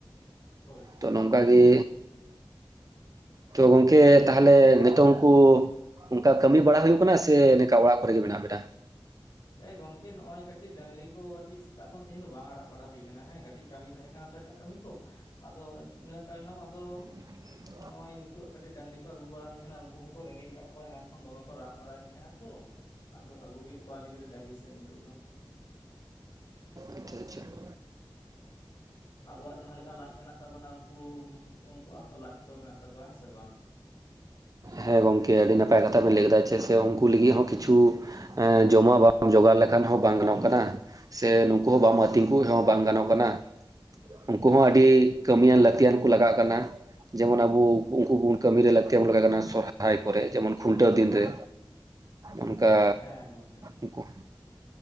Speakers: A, on the left (about 60°); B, on the right (about 40°).
A: ᱦᱳᱭ ᱾
B: ᱛᱚ ᱱᱚᱝᱠᱟ ᱜᱮ ᱛᱚ ᱜᱚᱝᱠᱮ ᱛᱟᱦᱚᱞᱮ ᱱᱤᱛᱳᱝ ᱩᱝᱠᱩ ᱚᱝᱠᱟ ᱠᱟᱹᱢᱤ ᱵᱟᱲᱟ ᱦᱳᱭᱳᱜ ᱠᱟᱱᱟ ᱥᱮ ᱱᱚᱝᱠᱟ ᱚᱲᱟᱜ ᱠᱚᱨᱮ ᱜᱮ ᱢᱮᱱᱟᱜ ᱵᱮᱱᱟ?
A: ᱮᱸ ᱜᱚᱝᱠᱮ ᱱᱚᱜᱼᱚᱭ ᱠᱟᱹᱴᱤᱡ ᱰᱟᱝᱨᱤ ᱠᱚ ᱠᱟᱹᱴᱤᱡ ᱥᱮᱛᱟᱜ ᱠᱷᱚᱱ ᱛᱮᱦᱮᱱ ᱫᱚ ᱵᱟᱝ ᱟᱲᱟᱜ ᱵᱟᱲᱟ ᱦᱩᱭ ᱟᱠᱟᱱᱟ ᱦᱮᱸ ᱠᱟ ᱴᱤᱡ ᱠᱟᱹᱢᱤ ᱛᱟᱦᱮᱸ ᱠᱟᱱᱟ ᱛᱚ ᱮᱴᱟᱜ ᱠᱟᱹᱢᱤ ᱠᱚ, ᱟᱫᱚ ᱤᱱᱟᱹ ᱛᱟᱭᱱᱚᱢ ᱟᱫᱚ
B: <inaudible>
A: ᱱᱚᱜᱼᱚᱭ ᱱᱤᱛᱳᱜ ᱠᱟᱹᱴᱤᱡ ᱰᱟᱝᱨᱤ ᱠᱚ ᱟᱹᱜᱩ ᱵᱟᱲᱟ ᱦᱩᱭ ᱠᱟᱱᱟ ᱩᱝᱠᱩ ᱦᱚᱸᱠᱚ ᱨᱮᱸᱜᱮᱡ ᱟᱠᱟᱜ ᱠᱚᱣᱟ ᱮᱱᱟᱱ ᱠᱷᱚᱱ ᱫᱚᱢᱮ ᱠᱚ ᱨᱟᱜ ᱵᱟᱲᱟᱭᱮᱫ ᱛᱟᱦᱮᱸᱜᱼᱟ ᱛᱚ ᱾ ᱟᱫᱚ ᱟᱹᱜᱩ ᱠᱮᱫ ᱠᱚᱣᱟᱞᱤᱧ ᱠᱟᱹᱴᱤᱡ ᱰᱟᱹᱦᱤ ᱥᱮᱫ ᱱᱤᱛᱳᱜ ᱫᱚ ᱾
B: ᱟᱪᱪᱷᱟ ᱟᱪᱪᱷᱟ ᱾
A: ᱟᱵᱚᱣᱟᱜ ᱡᱟᱦᱟᱸ ᱞᱮᱠᱟ ᱞᱟᱡ ᱢᱮᱱᱟᱜ ᱛᱟᱵᱚᱱᱟ ᱩᱱᱠᱩ ᱩᱱᱠᱩᱣᱟᱜ ᱦᱚᱸᱛᱚ ᱞᱟᱡ ᱫᱚ ᱢᱮᱱᱟᱜ ᱛᱟᱠᱚᱣᱟ ᱦᱮᱸ ᱥᱮ ᱵᱟᱝ᱾
B: ᱦᱮᱸ ᱜᱚᱝᱠᱮ ᱟᱹᱰᱤ ᱱᱟᱯᱟᱭ ᱠᱟᱛᱷᱟ ᱵᱮᱱ ᱞᱟᱹᱭ ᱠᱮᱫᱟ ᱪᱮᱫ ᱥᱮ ᱩᱱᱠᱩ ᱞᱟᱹᱜᱤᱫ ᱦᱚᱸ ᱠᱤᱪᱷᱩ ᱡᱚᱢᱟ ᱵᱟᱢ ᱡᱚᱜᱟᱲ ᱞᱮᱠᱷᱟᱱ ᱦᱚᱸ ᱵᱟᱝ ᱜᱟᱱᱚᱜ ᱠᱟᱱᱟ, ᱥᱮ ᱱᱩᱠᱩ ᱦᱚᱸ ᱵᱟᱢ
A: ᱦᱮᱸ
B: ᱟᱹᱛᱤᱧ ᱠᱩ ᱨᱮ ᱦᱚᱸ ᱵᱟᱝ ᱜᱟᱱᱚᱜ ᱠᱟᱱᱟ ᱩᱱᱠᱩ ᱦᱚᱸ ᱟᱹᱰᱤ ᱠᱟᱹᱢᱤᱭᱟᱱ ᱞᱟᱹᱠᱛᱤᱭᱟᱱ ᱠᱚ ᱞᱟᱜᱟᱜ ᱠᱟᱱᱟ᱾ ᱡᱮᱢᱚᱱ ᱟᱵᱚ ᱩᱱᱠᱩ ᱵᱩᱱ ᱠᱟᱹᱢᱤ ᱨᱮ ᱞᱟᱹᱠᱛᱤ <unintelligible> ᱠᱟᱱᱟ᱾ ᱥᱚᱨᱦᱟᱭ ᱠᱚᱨᱮ ᱡᱮᱢᱚᱱ ᱠᱷᱩᱱᱴᱟᱹᱣ ᱫᱤᱱ ᱨᱮ᱾ ᱚᱱᱠᱟ
A: ᱦᱮᱸ ᱜᱚᱝᱠᱮ
B: ᱩᱱᱠᱩ᱾